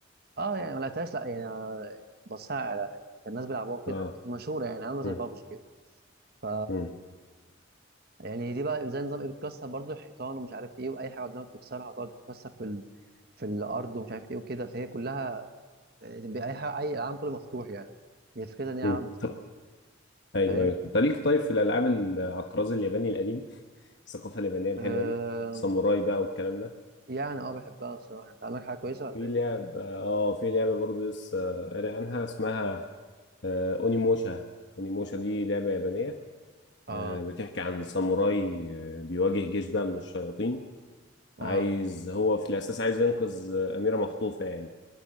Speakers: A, on the right; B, on the left.
A: اه يعني ما لعبتهاش لا يعني بصها على كان الناس بيلعبوها كده
B: اه
A: كانت مشهوره يعني عامله زي
B: مم.
A: بابجي كده ف
B: مم.
A: يعني دي بقى زي نظام ايه بتكسر برضو الحيطان ومش عارف ايه واي حاجه قدامك بتكسرها تقعد تكسر في ال... في الارض ومش عارف ايه وكده فهي كلها اي حاجه اي العالم كله مفتوح يعني هي فكرتها ان هي
B: مم.
A: عالم مفتوح
B: طب ايوه
A: فاهم
B: ايوه انت ليك طيب في الالعاب ال- على الطراز الياباني القديم الثقافه اليابانيه الحلوه
A: آه...
B: دي ساموراي بقى والكلام ده
A: يعني اه بحبها الصراحة انت عندك حاجة كويسة ولا
B: في
A: ايه؟
B: لعب اه في لعبه برضه لسه قاري عنها اسمها آه اونيموشا اونيموشا دي لعبه يابانيه
A: اه
B: آه بتحكي عن ساموراي آه بيواجه جيش بقى من الشياطين
A: اه
B: عايز هو في الاساس عايز ينقذ آه اميره مخطوفه يعني